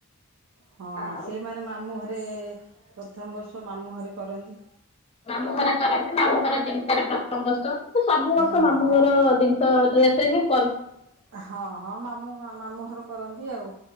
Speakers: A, on the right (about 70°); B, on the left (about 25°).
A: ହଁ
B: ଆଉ
A: ସେଇ ମାନେ ମାମୁଁ ଘ ରେ ପ୍ରଥମ ବର୍ଷ ମାମୁଁ ଘରେ କରନ୍ତି।
B: ମାମଁ ଘରେ କରନ୍ତି ମାମୁଁ ଘର ଜିନିଷରେ ପ୍ର <unintelligible> ସବୁ
A: ହୁଁ
B: ବର୍ଷ ମାମୁଁ
A: ହୁଁ
B: ଘର ଜିନିଷ ଡ୍ରେସରେ <unintelligible>
A: ହଁ ହଁ ମାମୁଁ ମାମୁଁ ଘର କରନ୍ତି ଆଉ,